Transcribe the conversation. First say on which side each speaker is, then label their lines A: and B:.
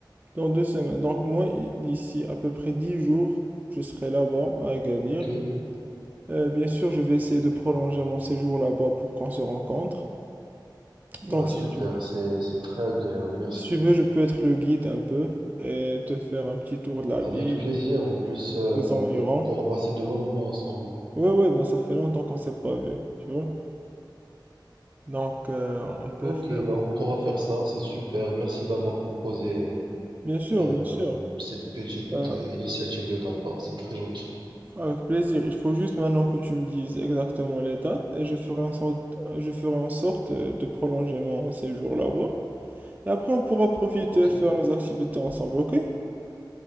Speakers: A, on the right (about 20°); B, on the right (about 75°).
A: dans deux semaines. Donc, moi, i- d'ici à peu près 10 jours, je serai là-bas à Agadir.
B: OK.
A: Euh, bien sûr, je vais essayer de prolonger mon séjour là-bas pour qu'on se rencontre. Donc,
B: Ah,
A: si
B: super.
A: tu veux,
B: C'est, c'est très agréable. Merci.
A: si tu veux, je peux être le guide un peu et te faire un petit tour de la
B: Avec
A: ville,
B: plaisir. En plus, euh,
A: des environs.
B: on pourra passer de bons moments ensemble.
A: Ouais, ouais, ben ça fait longtemps qu'on s'est pas vu, tu vois. Donc, euh, on peut
B: Ok,
A: faire.
B: bah on pourra faire ça, c'est super. Merci d'avoir proposé
A: Bien sûr,
B: euh,
A: bien sûr.
B: euh, cette petite
A: Ben,
B: euh, initiative de ta part, c'est très gentil.
A: avec plaisir. Il faut juste maintenant que tu me dises exactement les dates et je ferai en sorte, je ferai en sorte euh, de prolonger mon séjour là-bas. Et après, on pourra profiter
B: Ok.
A: et faire nos activités ensemble, ok?